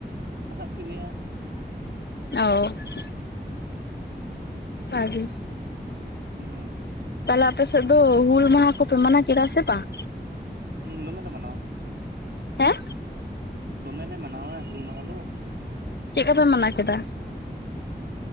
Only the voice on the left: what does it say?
ᱚ ᱟᱨᱤ
ᱛᱟᱦᱞᱮ ᱟᱯᱮ ᱥᱮᱫ ᱫᱚ ᱦᱩᱞ ᱢᱟᱦᱟ ᱠᱚᱯᱮ ᱢᱟᱱᱟᱣ ᱠᱮᱫᱟ ᱥᱮ ᱵᱟᱝ
ᱦᱮᱸ
ᱪᱮᱫ ᱠᱚ ᱯᱮ ᱢᱟᱱᱟᱣ ᱠᱮᱫᱟ